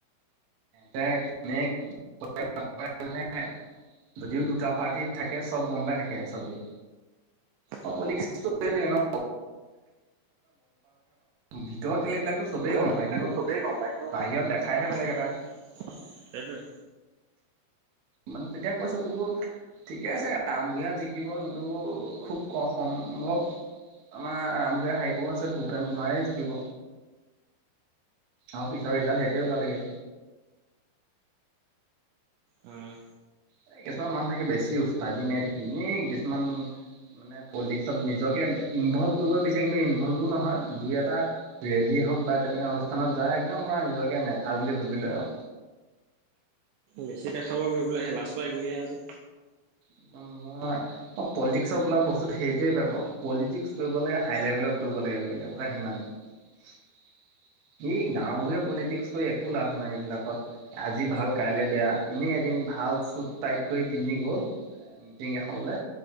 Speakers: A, on the right (about 65°); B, on the right (about 80°).
A: কোনে কি কাম কৰে মানে যদিও দুটা পাৰ্টিত থাকে চব গম পাই থাকে চবেই অ
B: উম
A: পলিক্সটো সেইটোৱে ন ভিতৰৰ খালি এইবিলাক টো চবেই
B: ভিতৰৰ
A: গম
B: খিনিকো
A: পায় কিন্তু
B: চবেই গম পায় কিন্তু
A: বাহিৰত দেখাইহে
B: বাহিৰত
A: বেলেগ এটা
B: সেইটোৱে
A: মানে তেতিয়া কৈছো বোলো ঠিকে আছে ৰামভূঞা জিকিব যোনটো খুব ক সম্ভৱ আমাৰ ৰামভূঞা হাৰিবও আছে ভূপেন কুমাৰে জিকিব আৰু পিছৰ ৰিজাল্ট সেটোয়ে ওলালেগে
B: উম
A: এ কিছুমান মানুহ থাকে বেছি উষ্টাদি মাৰি থাকি এনেই কিছুমান মানে পলিটিক্সত নিজকে ইনভল্ভ কৰিব বিচাৰে কিন্তু ইনভল্ভো নহয় দুই এটা ৰেলী হওক বা তেনেকে অনুষ্ঠানত যাই একদম পুৰা নিজকে নেতা বুলি ভাবি লৈ আও
B: বেছি দেখাব গৈ পেলাই হে লাজ পাই ঘূৰি আহে যে
A: একদম মই মই পলিটিক্সৰ বোলা বস্তুটো সেইটোৱেই বেয়া পাও পলিটিক্স কৰিব লাগে হাই লেভেলত কৰিব লাগে কৰিলে কথা সিমানেই এই গাওবোৰে পলিটিক্স কৰি একো লাভ নাই এইবিলাকত আজি ভাল কাইলে বেয়া এনেই এদিন ভাল চুট টাইট কৰি পিন্ধি গল এ মিটিং এখনলে